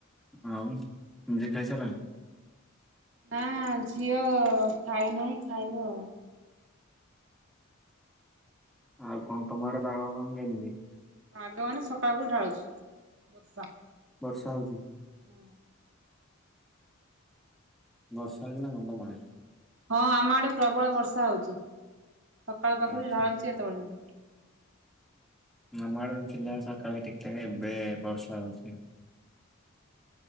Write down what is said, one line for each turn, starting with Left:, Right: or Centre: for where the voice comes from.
Centre: ଆଉ ନିଜେ ଖାଇସାଲଣି?
Right: ନାଁ ଝିଅ ଖାଇନାହିଁ ଖାଇବ ଆଉ।
Centre: ଆଉ କଣ ତମ ଆଡେ ପାଗ କଁ କେମିତି।
Right: ପାଗ ମାନେ ସକାଳ ହୁ ଢାଳୁଛି ବର୍ଷା।
Centre: ବର୍ଷା ହଉଚି?
Right: ହଁ।
Centre: ବର୍ଷା ଦିନ କଁ ତମ ଆଡ଼େ?
Right: ହଁ ଆମ ଆଡ଼େ ପ୍ରବଳ ବର୍ଷା ହଉଚି ସକାଳ ପାଖରୁ
Centre: ଆଚ୍ଛା
Right: ଢାଲୁଚି ଏତେ ପର୍ଯ୍ୟନ୍ତ।
Centre: ଉଁ ଆମ ଆଡ଼ର ଥିଲା ସକାଳେ ଠିକ୍ ଠାକେ ଏବେ ବର୍ଷା ହଉଚି।